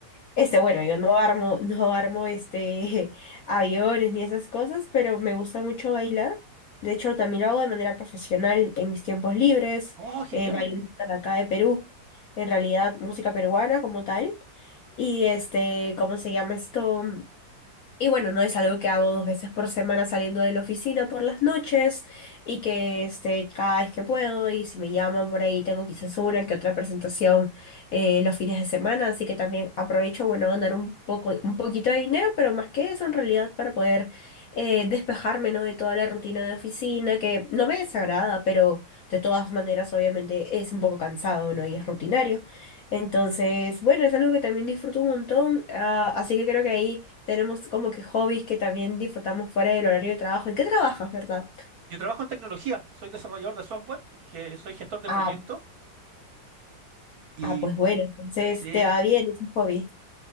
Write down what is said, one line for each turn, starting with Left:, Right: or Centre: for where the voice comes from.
Left: Este, bueno, yo no armo, no armo este <laughs> aviones ni esas cosas, pero me gusta mucho bailar. De hecho, también lo hago de manera profesional en mis tiempos libres.
Right: Oh, genial.
Left: Eh, bailo música de acá de Perú, en realidad música peruana como tal. Y este, ¿cómo se llama esto? Y bueno, no es algo que hago dos veces por semana saliendo de la oficina por las noches y que este, cada vez que puedo y si me llaman por ahí tengo quizás una que otra presentación eh, los fines de semana, así que también aprovecho, bueno, ganar un poco, un poquito de dinero, pero más que eso en realidad para poder eh, despejarme, ¿no? de toda la rutina de oficina que no me desagrada, pero de todas maneras obviamente es un poco cansado, ¿no? y es rutinario. Entonces, bueno, es algo que también disfruto un montón, ah, así que creo que ahí tenemos como que hobbies que también disfrutamos fuera del horario de trabajo. ¿En qué trabajas, verdad?
Right: Yo trabajo en tecnología, soy desarrollador de software, ge- soy gestor de
Left: Ah,
Right: proyectos y
Left: ah, pues bueno, entonces
Right: sí,
Left: te va bien ese hobby.